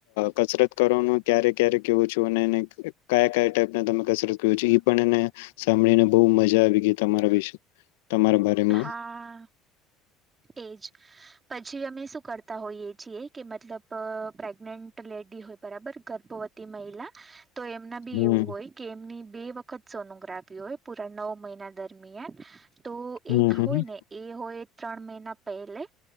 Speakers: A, on the left; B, on the right.
A: કસરત કરવાનું ક્યારે ક્યારે કેવું છું અને એ કયા કયા ટાઈપને તમે કસરત કહો છો ઈ પણ ને સાંભળીને બહુ મજા આવી ગઈ તમારા વિશે, તમારા બારેમાં
B: હા એજ. પછી અમે શું કરતા હોઈએ છીએ, કે મતલબ પ્રેગને ન્ટ લેડી હોય, બરાબર, ગર્ભવતી મહિલા, તો એમના બી
A: હમ
B: એવું હોય કે એમની બે વખત સોનોગ્રાફી હોય, પુરા નવ મહિના દરમિયાન. તો
A: હમ
B: એક
A: હમ
B: હોય
A: હમ
B: ને, એ હોય ત્રણ મહિના પહેલે